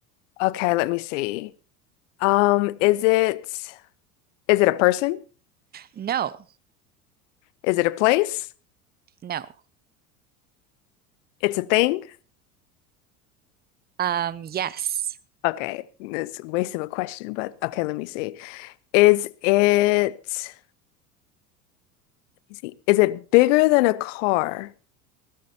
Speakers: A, on the left (about 55°); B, on the right (about 20°).
A: Okay, let me see. Um, is it is it a person?
B: No,
A: Is it a place?
B: no.
A: It's a thing?
B: Um, yes.
A: Okay. It's a waste of a question, but okay, let me see. Is it let me see. Is it bigger than a car?